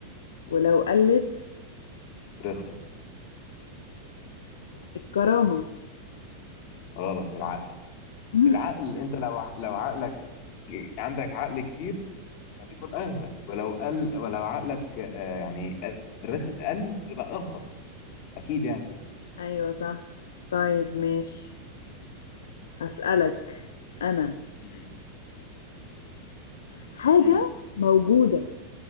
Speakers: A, on the left (about 65°); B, on the left (about 40°).
A: ولو قلت
B: رخصت
A: الكرامة
B: غلط العقل
A: <laughs>
B: العقل أنت لو ع- لو عقلك عندك عقل كتير فبيكون اغلى ولو قل ولو عقلك آه، يعني رخ- قل يبقى ارخص اكيد يعني
A: أيوة صح طيب ماشي هسألك أنا
B: مم.
A: حاجة
B: مم.
A: موجودة